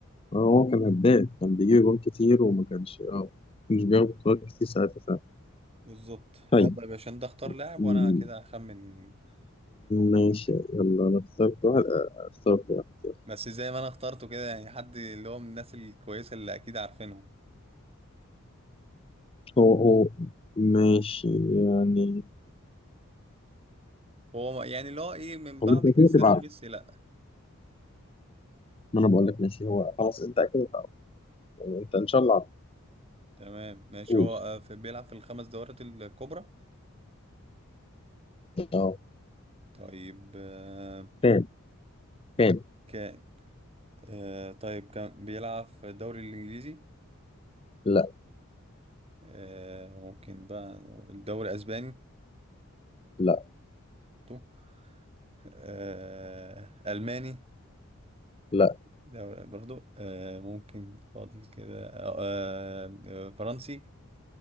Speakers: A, on the left; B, on the right.
A: آه، هو كان هداف كان بيجيب جول كتير وما كانش اه مش بياخد بطولات كتير ساعتها
B: بالظبط
A: فعلا
B: يلا يا باشا انت اختار لاعب
A: طيب
B: وانا كده هخمن هو
A: ماشي
B: بيلعب فين
A: يلا أنا اخترت واحد آه، اخترت واحد يلا.
B: بس زي ما انا اخترته كده يعني حد اللي هو من الناس الكويسة اللي اكيد عارفينهم
A: هو هو ماشي يعني
B: هو يعني اللي هو ايه من بعد
A: هو أنت أكيد
B: كريستيانو
A: هتبقى عارف
B: وميسي لا
A: ما أنا بقول لك ماشي هو خلاص أنت أكيد هتعرف يعني أنت إن شاء الله عارف
B: تمام ماشي
A: قول
B: هو آه، في بيلعب في الخمس دورات الكبرى
A: أه
B: طيب آه،
A: فين فين
B: كان آه، طيب كان بيلعب في الدوري الإنجليزي
A: لا
B: آه، ممكن بقى الدوري الأسباني
A: لا
B: برضو آه، ألماني
A: لا
B: دوري برضو آه، ممكن فاضل كده آه، آه، فرنسي